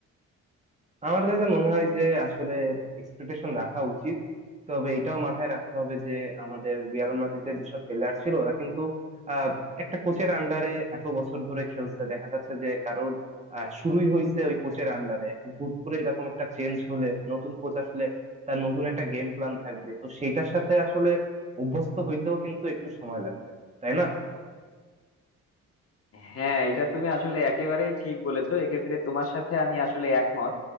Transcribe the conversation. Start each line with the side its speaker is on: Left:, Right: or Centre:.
Right: আমার কাছে মনে হয় যে আসলে এক্সপেকটেশন রাখা উচিত তবে এটাও মাথায় রাখতে হবে যে আমাদের রিয়াল মাদ্রিদের যেসব প্লেয়ার ছিল ওরা কিন্তু আহ, একটা কোচের আন্ডারে এত বছর ধরে খেলছে দেখা যাচ্ছে যে কারোর আহ, শুরুই হয়েছে ওই কোচের আন্ডারে এখন হুট করে এরকম একটা চেঞ্জ হলে নতুন কোচ আসলে তার নতুন একটা গেম প্ল্যান থাকবে তো সেইটার সাথে আসলে অভ্যস্ত হইতেও কিন্তু একটু সময় লাগবে তাই না
Left: হ্যাঁ এটা তুমি আসলে একেবারেই ঠিক বলেছো এক্ষেত্রে তোমার সাথে আমি আসলে একমত